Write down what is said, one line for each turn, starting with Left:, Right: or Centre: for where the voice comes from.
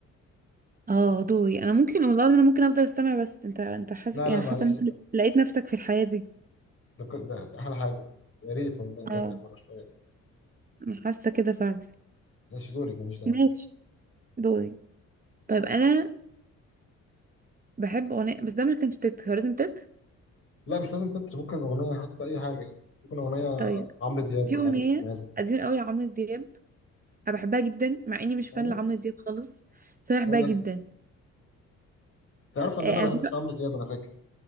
Right: اه دوري انا ممكن والله العظيم انا ممكن افضل استمع بس انت انت حاسس
Left: لا
Right: يعني
Left: لا معلش
Right: حاسه إن أنت لقيت نفسك في الحياه دي
Left: ده ك- ده- ده احلى حاجه يا ريت والله نرجع
Right: اه
Left: ورا شويه كده
Right: أنا حاسه كده فعلا
Left: ماشي دوري ماليش دعوه
Right: ماشي دوري طيب انا بحب اغنيه بس ده ما كانش تت هو لازم تت
Left: لا مش لازم تتر ممكن اغنيه حتى اي حاجه يعني ممكن اغنيه
Right: طيب
Left: عمرو دياب
Right: في
Left: ولا
Right: اغنيه
Left: حاجه تتميز بيها.
Right: قديمه قوي لعمرو دياب انا بحبها جدا مع اني مش فان
Left: أيوة.
Right: لعمرو دياب خالص بس انا بحبها
Left: ولا
Right: جدا
Left: تعرف ان
Right: آه،
Left: انا ما بحبش عمرو دياب انا فاكر